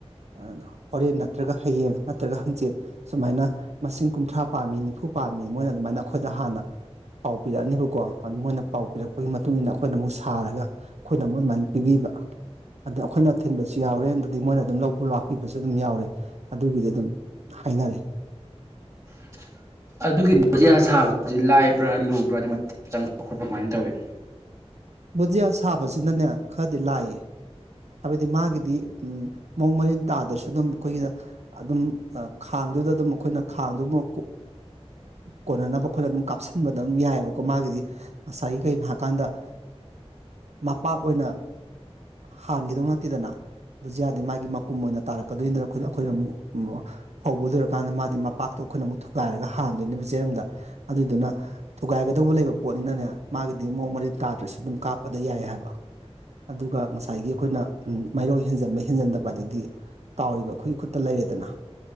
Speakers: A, on the right; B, on the right.
A: ꯑꯥ ꯍꯣꯔꯦꯟ ꯅꯠꯇ꯭ꯔꯒ ꯍꯌꯦꯡ ꯅꯠꯇ꯭ꯔꯒ ꯍꯪꯆꯤꯠ ꯁꯨꯃꯥꯏꯅ ꯃꯁꯤꯡ ꯀꯨꯟꯊ꯭ꯔꯥ ꯄꯥꯝꯃꯤ ꯅꯤꯐꯨ ꯄꯥꯝꯃꯤ ꯃꯣꯏꯅ ꯑꯗꯨꯃꯥꯏꯅ ꯑꯈꯣꯏꯗ ꯍꯥꯟꯅ ꯄꯥꯎ ꯄꯤꯔꯛꯑꯅꯦꯕꯀꯣ ꯃꯣꯏꯅ ꯄꯥꯎ ꯄꯤꯔꯛꯄꯒꯤ ꯃꯇꯨꯡ ꯏ ꯃꯇꯨꯡꯏꯟꯅ ꯑꯈꯣꯏꯅ ꯑꯃꯨꯛ ꯁꯥꯔꯒ ꯑꯈꯣꯏꯅ ꯑꯃꯨꯛ ꯑꯗꯨꯃꯥꯏꯅ ꯄꯤꯕꯤꯕ ꯑꯗꯥ ꯑꯈꯣꯏꯅ ꯊꯤꯟꯕꯁꯨ ꯌꯥꯎꯔꯦ ꯑꯗꯨꯗꯤ ꯃꯣꯏꯅ ꯑꯗꯨꯝ ꯂꯥꯛꯄꯤꯕꯁꯨ ꯑꯗꯨꯝ ꯌꯥꯎꯔꯦ ꯑꯗꯨꯒꯤꯗꯤ ꯑꯗꯨꯝ ꯍꯥꯏꯅꯔꯦ
B: <inaudible> ꯑꯗꯨꯒꯤ ꯕꯨꯖꯤꯌꯥ ꯁꯥꯕꯗꯤ ꯂꯥꯏꯕ꯭ꯔꯥ ꯂꯨꯕ꯭ꯔꯥ ꯅꯦ ꯃꯇꯝ ꯆꯪ ꯈꯣꯠꯄ꯭ꯔꯥ ꯀꯃꯥꯏꯅ ꯇꯧꯌꯤ <inaudible>
A: ꯕꯨꯖꯤꯌꯥ ꯁꯥꯕꯁꯤꯅꯅꯦ ꯈꯔꯗꯤ ꯂꯥꯏꯌꯦ ꯍꯥꯏꯕꯗꯤ ꯃꯥꯒꯤꯗꯤ ꯃꯑꯣꯡ ꯃꯔꯤꯟ ꯇꯥꯗ꯭ꯔꯁꯨ ꯑꯗꯨꯝ ꯑꯩꯈꯣꯏꯒꯤ ꯑꯗꯨꯝ ꯈꯥꯛ ꯈꯥꯡꯗꯨꯗ ꯑꯗꯨꯝ ꯑꯩꯈꯣꯏꯅ ꯈꯥꯡꯗꯨ ꯑꯃ ꯀꯣꯟꯅꯅꯕ ꯑꯩꯈꯣꯏꯅ ꯑꯗꯨꯝ ꯀꯥꯞꯁꯤꯟꯕꯗ ꯑꯗꯨꯝ ꯌꯥꯏꯕꯀꯣ ꯃꯥꯒꯤ ꯗꯤ ꯉꯁꯥꯏꯒꯤ ꯀꯒꯤꯅꯣ ꯍꯥꯏꯀꯥꯟꯗ ꯃꯄꯥꯛ ꯑꯣꯏꯅ ꯍꯥꯟꯒꯤꯗꯧ ꯅꯠꯇꯦꯗꯅ ꯕꯨꯖꯤꯌꯥꯗꯤ ꯃꯥꯒꯤ ꯃꯀꯨꯝ ꯑꯣꯏꯅ ꯇꯥꯔꯛꯀꯗꯣꯏꯅꯤꯗꯅ ꯑꯩꯈꯣꯏ ꯑꯩꯈꯣꯏꯅ ꯑꯃꯨꯛ ꯍꯧꯕ ꯂꯣꯏꯔꯀꯥꯟꯗ ꯃꯥꯗꯤ ꯃꯄꯥꯛꯇꯣ ꯑꯩꯈꯣꯏꯅ ꯑꯃꯨꯛ ꯊꯨꯒꯥꯏꯔꯒ ꯍꯥꯟꯗꯣꯏꯅꯦꯕ ꯆꯦꯔꯪꯗ ꯑꯗꯨꯗꯨꯅ ꯊꯨꯒꯥꯏꯒꯗꯧꯕ ꯂꯩꯕ ꯄꯣꯠꯅꯤꯅꯅꯦ ꯃꯥꯒꯤꯗꯤ ꯃꯑꯣꯡ ꯃꯔꯤꯟ ꯇꯥꯗ꯭ꯔꯁꯨ ꯑꯗꯨꯝ ꯀꯥꯞꯄꯗ ꯌꯥꯏ ꯍꯥꯏꯕ ꯑꯗꯨꯒ ꯉꯁꯥꯏꯒꯤ ꯑꯩꯈꯣꯏꯅ ꯃꯥꯏꯔꯧ ꯍꯦꯟꯖꯟꯕ ꯍꯦꯟꯖꯟꯗꯕ ꯍꯥꯏꯗꯨꯗꯤ ꯇꯥꯎꯔꯤꯕ ꯑꯩꯈꯣꯏꯒꯤ ꯈꯨꯠꯇ ꯂꯩꯔꯦ ꯗꯅ